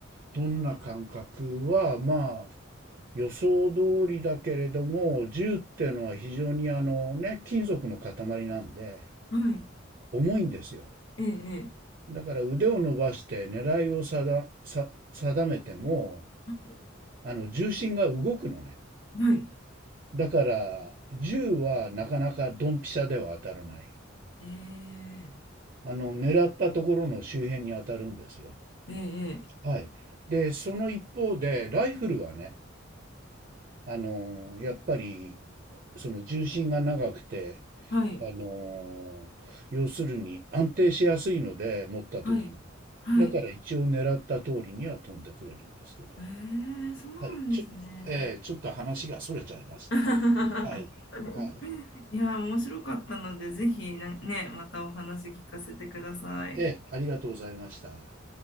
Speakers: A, on the right; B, on the left.
A: どんな感覚は、まあ、予想通りだけれども、銃っていうのは非常にあのね、金属の塊なんで、
B: はい。
A: 重いんですよ。
B: ええ、ええ、
A: だから腕を伸ばして狙いを定定めても、
B: はい。
A: あの重心が動くのね。
B: はい
A: だから、銃はなかなかドンピシャでは当たらない。
B: ええ、
A: あの、狙ったところの周辺に当たるんですよ。
B: ええ、ええ
A: はい。で、その一方で、ライフルはね、あの、やっぱり、その重心が長くて、
B: はい、
A: あのー要するに安定しやすいので、持った時に。
B: はい、はい。
A: だから一応狙った通りには飛んでくれるんですけど。
B: ええ、そうなんですね。
A: はい。ちょ、えーちょっと話が逸れちゃいましたが。
B: <laughs>
A: はい。はい。
B: いや、面白かったので、ぜひなね、またお話聞かせてください。
A: ええ、ありがとうございました。